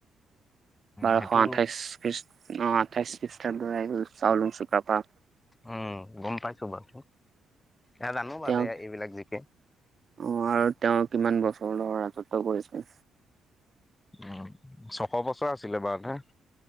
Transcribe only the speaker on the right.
বাৰশ
আঠাইচ খ্ৰীষ্ট আহ আঠাইচ খ্ৰীষ্টাব্দৰ <unintelligible> চাওলুং চুকাফা
তেওঁ
অ আৰু তেওঁ কিমান বছৰলৈ ৰাজত্ব কৰিছিল